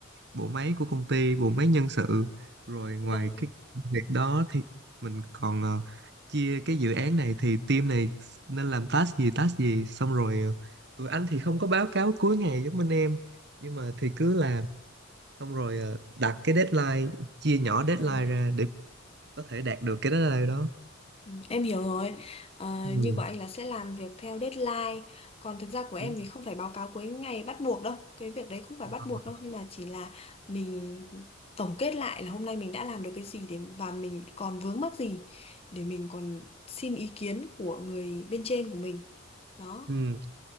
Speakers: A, on the right; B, on the left.
A: bộ máy của công ty bộ máy nhân sự rồi ngoài
B: vâng.
A: cái công việc đó thì mình còn ờ, chia cái dự án này thì team này nên làm task gì task gì xong rồi ờ, tụi anh thì không có báo cáo cuối ngày giống bên em nhưng mà thì cứ làm xong rồi ờ, đặt cái deadline chia nhỏ deadline
B: Ừ.
A: ra để có thể đạt được cái deadline đó
B: Ừ, Em hiểu rồi. Ờ,
A: Ừ,
B: như của anh là sẽ làm việc theo deadline. Còn thực ra của em
A: đúng
B: thì không phải báo cáo cuối ngày bắt buộc đâu. Cái việc đấy không phải
A: rồi.
B: bắt buộc đâu. Nhưng mà chỉ là mình tổng kết lại là hôm nay mình đã làm được cái gì để và mình còn vướng mắc gì để mình còn xin ý kiến của người bên trên của mình. Đó.
A: Ừ.